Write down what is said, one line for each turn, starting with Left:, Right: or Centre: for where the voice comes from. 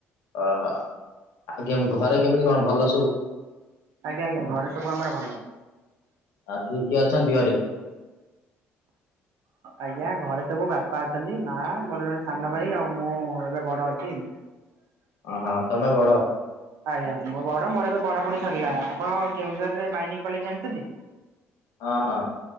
Left: ଓହୋ ଆଉ କେମିତି ଘରେ କେମିତି କଣ ଭଲ ସବୁ?
Right: ଆଜ୍ଞା ଆଜ୍ଞ ଘରେ ସବୁ ଆମର ଭଲ।
Left: ଆଉ କିଏ କିଏ ଅଛନ୍ତି ଘରେ?
Right: ଆଜ୍ଞା ଘରେ ସବୁ ବାପା ଅଛନ୍ତି ମା ମୋର ଜଣେ ସାନ ଭାଇ ଆଉ ମୁଁ ଏବେ ବଡ ଅଛି।
Left: ଅ ହ ତମେ ବଡ?
Right: ଆଜ୍ଞା ମୋ ବଡ ମୋର ଏବେ ପଢାପଢି ସରିଲା ଆପଣ କେଉଁଝର ରେ ମାଇନିଂ କଲେଜ ଜଣିଚନ୍ତି?
Left: ହଁ।